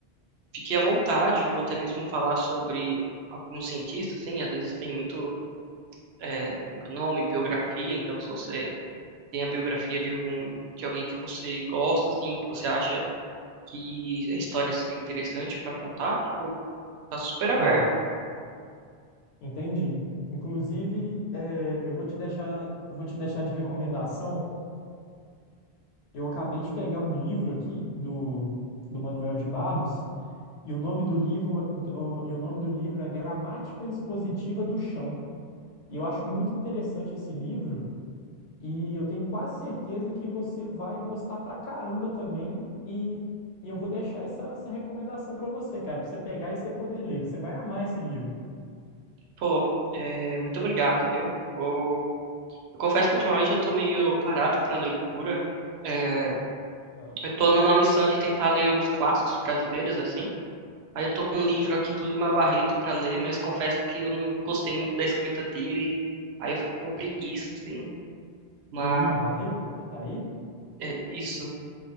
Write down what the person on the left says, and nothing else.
Tá, entendi. Inclusive, é, eu vou te deixar, eu vou te deixar de recomendação. Eu acabei de pegar um livro aqui do, do Manuel de Barros, e o nome do livro, do- e o nome do livro é Gramática Expositiva do Chão. E eu acho muito interessante esse livro, e eu tenho quase certeza que você vai gostar pra caramba também. E, e eu vou deixar essa, essa recomendação pra você, cara, pra você pegar e você poder ler. Você vai amar esse livro.
Aham.
Do Lima Barreto, que você tá aí?